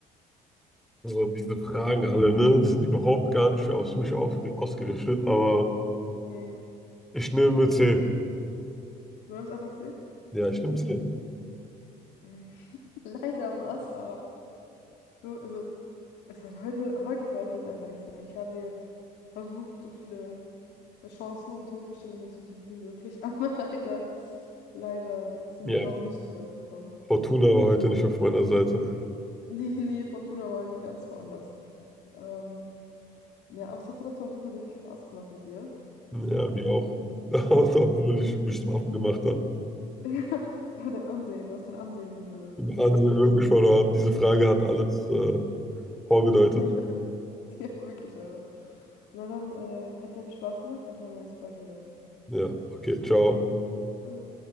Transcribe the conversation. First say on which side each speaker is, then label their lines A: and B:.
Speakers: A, in the centre; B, on the left (about 80°).
A: also diese Fragen alle, ne? Die sind überhaupt gar nicht für aus mich auf, ausgerichtet, aber
B: Nee,
A: ich nehme C.
B: du nimmst einfach C?
A: Ja, ich nehme
B: Hm?
A: C.
B: Hm. <laughs> Leider was. es Du, also, es hat heute, heute sollte es einfach nicht sein. Ich habe dir versucht, so viele Chancen und Hilfestellungen zu geben wie möglich, <laughs> aber leider, leider sind
A: Ja,
B: wir doch nicht so weit gekommen. <laughs>
A: Fortuna war heute nicht auf meiner Seite.
B: Nee, nee, Fortuna war heute ganz woanders. Ähm, ja, aber es hat trotzdem auf jeden Fall sehr viel Spaß gemacht mit dir.
A: Ja,
B: Ähm,
A: mir auch. <laughs> Obwohl ich mich zum Affen gemacht habe.
B: <laughs> Ja, dein Ansehen, du hast dein Ansehen be
A: Im
B: beschädigt.
A: Ansehen wirklich verloren. Diese Frage hat alles äh, vorgedeutet.
B: <laughs> Ja, wirklich, aber. Na dann, äh, hat sehr viel Spaß gemacht, dann hören wir uns bald wieder.
A: Ja, okay, ciao.
B: Tschüss.